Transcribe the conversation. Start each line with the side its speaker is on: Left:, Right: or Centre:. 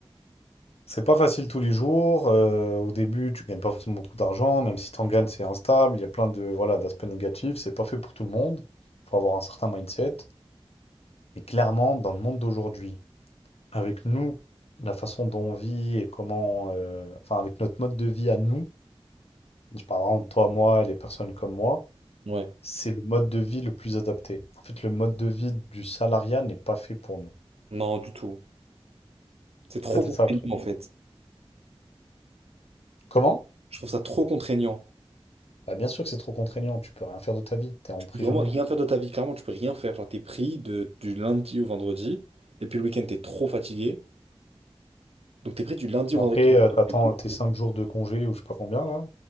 Left: C'est pas facile tous les jours. euh, au début, tu gagnes pas forcément beaucoup d'argent. Même si t'en gagnes, c'est instable. Il y a plein de voilà d'aspects négatifs. C'est pas fait pour tout le monde. Il faut avoir un certain mindset. Mais clairement, dans le monde d'aujourd'hui, avec nous, la façon dont on vit et comment, euh, enfin avec notre mode de vie à nous, je parle vraiment de toi, moi et les personnes comme moi,
Right: Ouais.
Left: c'est le mode de vie le plus adapté. En fait, le mode de vie du salariat n'est pas fait pour nous.
Right: Non, du tout. C'est trop
Left: En fait, c'est
Right: contraignant,
Left: ça le truc.
Right: en fait.
Left: Comment?
Right: Je trouve ça trop contraignant.
Left: Bah, bien sûr que c'est trop contraignant, tu peux rien faire de ta vie, t'es emprisonné.
Right: Vraiment rien faire de ta vie, clairement, tu peux rien faire. Genre, t'es pris de, du lundi au vendredi, et puis le week-end, t'es trop fatigué. Donc, t'es pris du lundi au
Left: Après,
Right: vendredi.
Left: euh, t'attends
Right: <laughs>
Left: tes 5 jours de congé ou je sais pas combien là,